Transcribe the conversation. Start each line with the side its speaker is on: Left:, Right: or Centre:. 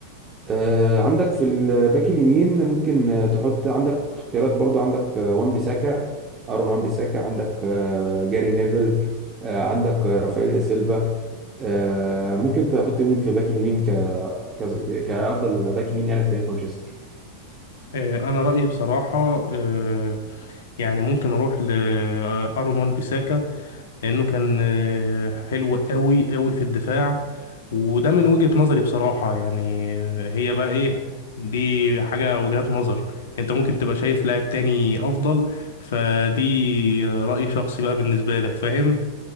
Right: آه، عندك في الباك اليمين ممكن آه، تحط عندك اختيارات برضو عندك آه، وان بيساكا ارون وان بيساكا عندك آه، جاري نيفل آه، عندك آه، رافائيل دا سيلفا آه، ممكن تحط مين في الباك اليمين ك... ك... كافضل باك يمين يعني في تاريخ مانشستر
Left: آه، أنا رأيي بصراحة آه، يعني ممكن أروح لأرون وان بيساكا لأنه كان آه، حلو قوي قوي في الدفاع وده من وجهة نظري بصراحة يعني آه، هي بقى إيه دي حاجة وجهات نظر أنت ممكن تبقى شايف لاعب تاني أفضل فدي آه، رأي شخصي بقى بالنسبة لك فاهم